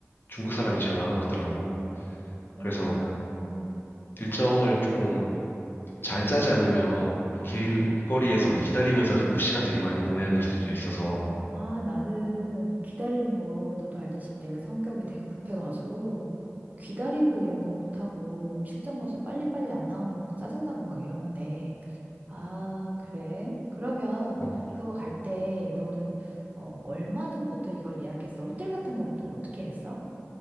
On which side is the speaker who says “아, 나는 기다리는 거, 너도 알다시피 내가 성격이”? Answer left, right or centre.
Right